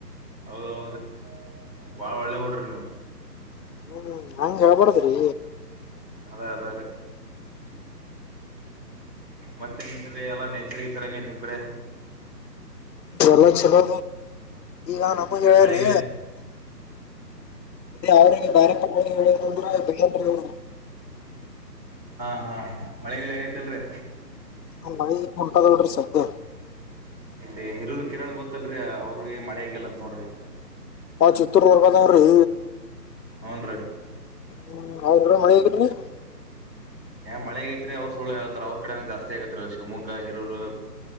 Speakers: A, on the right; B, on the left.
A: ಹೌದ ಹೌದ್ರೀ ಭಾಳ ಒಳ್ಳೆ ಬಿಡ್ರಿ ನೀವು
B: ಹ್ಮ್ ಹಂಗ ಹೇಳ್ಬಾರಡ್ದ್ರಿ
A: ಅದೇ ಅದೇ ಅ ರೇ ಮತ್ತೆೀ ಎಲ್ಲ ನೇಚರ್ ಈ ತರಂಗೈತಿ ನಿಮ್ ಕಡೆ
B: ಎಲ್ಲ ಚಲೋ ಈಗ ನಮಗೆ ಹೇಳ್ರಿ
A: ಮಳೆಗಿಳೆ
B: ಅವ್ರಿಗೆ ಬಾರಿ ಕ ಹೇಳದಂದ್ರೆ ಬರು
A: ಹಾ ಹಾ ಮಳೆ ಹೇಗೈತಿಲ್ರರಿ
B: ನ ಬಿ ಉಂಟದಲ್ಡ್ರರಿ ಸದ್ಯೆ
A: ಇಲ್ಲಿ ಹಿರೂರು ಕಿರಣ್ ಗೊತ್ತಲ್ರಿ ಅವ್ರಿಗೆ ಮಳೆ ಹೆಂಗಿಲ್ಲ ಅಂತ ನೋಡ್ರಿ
B: ಆ ಚಿತ್ರರ್ದುರ್ಗದವ್ರಿ
A: ಹ್ಞನ್ ರೀ
B: ಹ್ಮ್ ಅವ್ರ ಹೊಣೆಗರಿ
A: ಮಳೆಗೈಐತ್ರಿ ಅವ್ರರು ಸುಳ್ಳು ಹೇಳ್ತ ಅವ್ರ ಕಡೆೇ ಜಾಸ್ತಿ ಆಗತ್ರಲ್ಲ ಶಿವಮಗ್ಗ ಹರೂರು